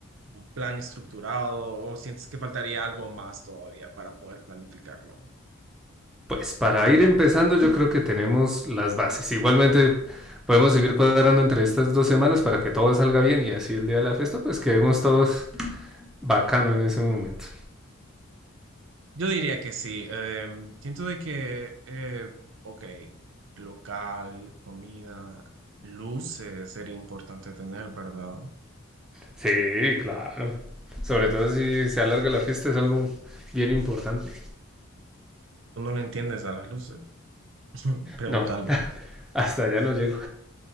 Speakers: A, on the right (about 60°); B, in the centre.
A: un plan estructurado o sientes que faltaría algo más todavía para poder planificarlo?
B: Pues para ir empezando yo creo que tenemos las bases. Igualmente podemos seguir cuadrando entre estas dos semanas para que todo salga bien y así el día de la fiesta pues quedemos todos bacano en ese momento.
A: Yo diría que sí. eh, siento de que, eh, ok, local, comida, luces sería importante tener, ¿verdad?
B: Sí, claro. Sobre todo si se alarga la fiesta es algo bien importante.
A: Tú no le entiendes a las luces, <laughs> preguntando.
B: No, hasta allá no llego.